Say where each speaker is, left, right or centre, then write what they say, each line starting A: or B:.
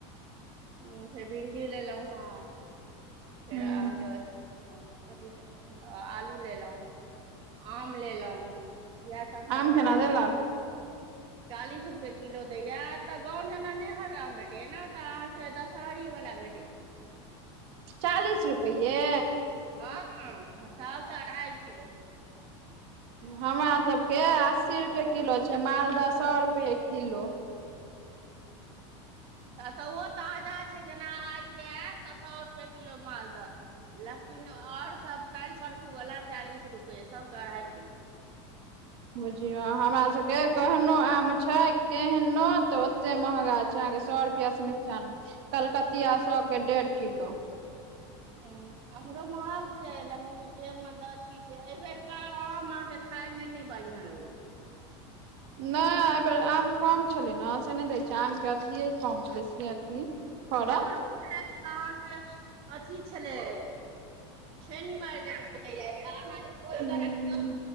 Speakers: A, on the right; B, on the right.
A: हु फेर भिन्डी लेलौ हँ फेर
B: हूँ
A: अहाँके कथी के आलू लेलो आम लेलौ इहेसब समान
B: आम केना
A: लेलौ
B: देलक
A: चालीस रुपए किलो दैया तऽ गाँव जेना नै हर आम भेटैया नऽ तऽ अहाँ दशहरी वला भेटै छै।
B: चालीस रुपयै
A: हँ सौ के अढ़ाइ किलो
B: हमरा सबके अस्सी रुपए किलो छै मालदह सौ रुपए किलो
A: तऽ तऽ ओहो ताजा छै जेना आइके ऐत तऽ सौ रुपए किलो मालदह लेकिन और सब काल्हि परसू बला चालीस रुपये सौ के अड़हाई किलो
B: बुझियो आ हमरा सबके कहनो आम छै केहनो तऽ ओते महगा च अहाँ के सौ रुपया स निच्चा नै, कलकतिया सौ के डेढ़ किल्लो।
A: हूँ, अख्न बड महग छै, लगभग जे मतल थी छै, ऐ बेरका ओहो मँहगे खाय में नै बढ़ियाँ लगैछ।
B: नै ऐ बेेर आम कम छलै न, से नै दै छै आम के अथिेये कम छलै से अथी फड़ल
A: जकरो <inaudible> अहाँके अथी छलै, छेनी मैर देलकैये, आ आहाँ जे <inaudible> क
B: हूँ
A: राखियौ